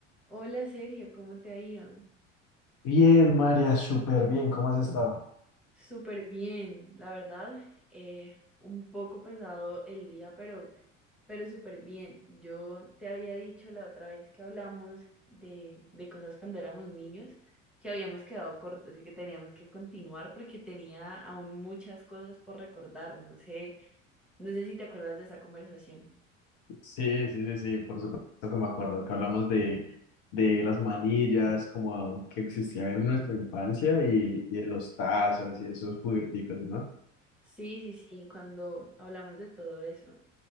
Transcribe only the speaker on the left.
Bien, María, súper bien. ¿Cómo has estado?
Sí, sí, sí, sí, por supuesto que me acuerdo, que hablamos de, de las manillas como que existían en nuestra infancia y, y de los tazos y esos jugueticos, ¿no?